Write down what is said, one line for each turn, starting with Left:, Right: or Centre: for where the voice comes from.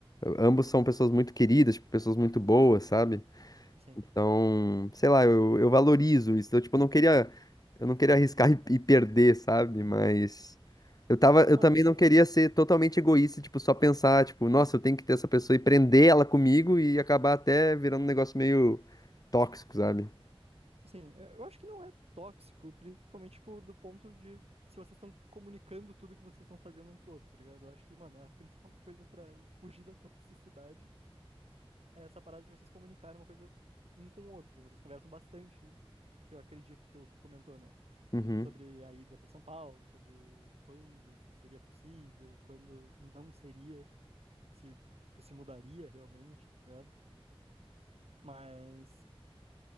Left: ambos são pessoas muito queridas, tipo, pessoas muito boas, sabe?
Right: sim.
Left: Então, sei lá, eu, eu valorizo isso. Eu, tipo, não queria, eu não queria arriscar <laughs> e, e perder, sabe? Mas eu tava,
Right: Ah,
Left: eu
Right: mano,
Left: também
Right: se.
Left: não queria ser totalmente egoísta, tipo, só pensar, tipo, nossa, eu tenho que ter essa pessoa e prender ela comigo e acabar até virando um negócio meio tóxico, sabe?
Right: Sim, eu eu acho que não é tóxico, principalmente, tipo, do ponto de se vocês estão comunicando tudo que vocês estão fazendo um pro outro, tá ligado? Eu acho que, mano, a principal coisa pra fugir da toxicidade é essa parada de vocês comunicarem uma coisa um com o outro. Vocês conversam bastante, eu acredito, pelo que tu comentou, né?
Left: Uhum.
Right: sobre a ida para São Paulo, sobre quando isso seria possível, quando não seria, se tu se mudaria realmente, tá ligado? Mas,